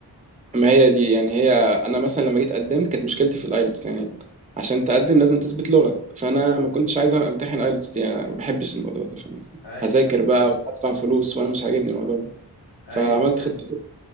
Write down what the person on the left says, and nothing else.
ايوه
ايوه
فهمت